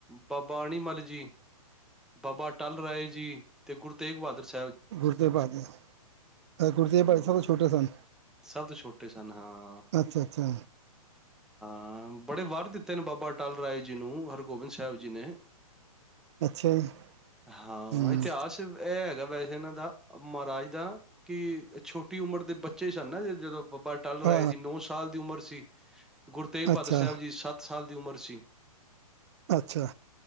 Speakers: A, in the centre; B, on the right (about 50°).
A: ਬਾਬਾ ਅਣੀਮਲ ਜੀ, ਬਾਬਾ ਅਟਲ ਰਾਏ ਜੀ। ਤੇ ਗੁਰੂ ਤੇਗ ਬਹਾਦਰ ਸ
B: <unintelligible> ਗੁਰੂ ਤੇਗ ਬਹਾਦਰ
A: ਹੂੰ,
B: ਸਭ ਤੋਂ ਛੋਟੇ ਸਨ,
A: ਸਭ ਤੋਂ ਛੋਟੇ ਸਨ ਹਾਂ।
B: ਅੱਛਾ-ਅੱਛਾ।
A: ਹਾਂ, ਬੜੇ ਵਰ ਦਿੱਤੇ ਨੇ ਬਾਬਾ ਅਟਲ ਰਾਏ ਜੀ ਨੂੰ ਹਰ ਗੋਬਿੰਦ ਸਾਹਿਬ ਜੀ ਨੇ,
B: ਅੱਛਾ ਜੀ
A: ਹਾਂ
B: ਹੂੰ
A: ਇਤਿਹਾਸ ਏ ਹੈਗਾ ਵੈਸੇ ਇਹਨਾਂ ਦਾ, ਮਹਾਰਾਜ ਦਾ ਕੀ ਏ ਛੋਟੀ ਉਮੜ ਦੇ ਬੱਚੇ ਸਨ ਨਾ ਜ ਜਦੋਂ ਬਾਬਾ ਅਟੱਲ ਰਾਏ
B: ਆ
A: ਜੀ ਨੌ ਸਾਲ ਦੀ ਉਮਰ ਸੀ, ਗੁਰੂ ਤੇਗ ਬਹਾਦਰ
B: ਅੱਛਾ
A: ਸਾਹਿਬ ਜੀ ਸੱਤ ਸਾਲ ਦੀ ਉਮਰ ਸੀ
B: ਅੱਛਾ